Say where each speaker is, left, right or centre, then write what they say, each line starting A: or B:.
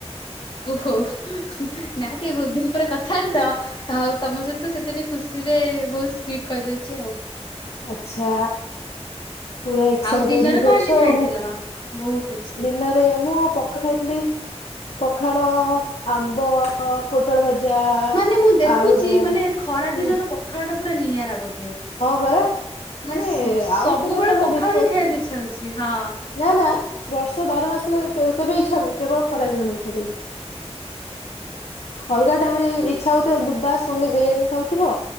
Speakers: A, on the left; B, on the left.
A: ଓହୋ ନା ଟିକେ ବହୁତ ଦିନ ପରେ କଥା ହେଲି ତ ଆଉ ତମ ସହିତ ସେତେ ଟିକେ ଖୁସିରେ ବହୁତ ସ୍ପିଡ କହିଦେଉଛି ଆଉ
B: ଆଚ୍ଛା ପୁରା ଏକ୍ସାଇଟେଡ
A: ଆଉ ଦିନରେ
B: ହେଇକି
A: କଣ
B: ଅଛ
A: ଆଜି
B: ଆଉ
A: ଖାଇଥିଲ? ବହୁତ ଅଛି
B: ଦିନରେ ମୁଁ ଆଉ ପକ୍ ଖାଇଥିଲି ପଖାଳ ଆମ୍ବ ଅ ପୋଟଳ ଭଜା
A: ମାନେ ମୁଁ ଦେଖୁଛି
B: ଆଳୁଦଳା
A: ମାନେ
B: ହୁଁ‌
A: ଖରା ଦିନର ପଖାଳ ଟା ପୁରା ନିଆରା ବୋଧେ
B: ପରା ମାନେ
A: ନା ସେ ସବୁବେଳେ
B: ଆଉ କେବେ ତମେ
A: ପଖାଳ
B: ବିଶ୍ୱାସ
A: ହିଁ ଖାଇବାକୁ
B: କର
A: ଇ ଇଛା ହଉଛି ହଁ
B: ନା ନା ବର୍ଷକ ବାର ମାସରେ କେବେ କେବେ ଇଚ୍ଛା ହବନି କେବଳ ଖରା ଦିନ କୁ ଛାଡିକି ଅଲଗା ଟାଇମ ରେ ଇ ଇଛା ହଉଥିବ ବାସ ଓନ୍ଲୀ ବିରିୟାନୀ ଖାଉଥିବ।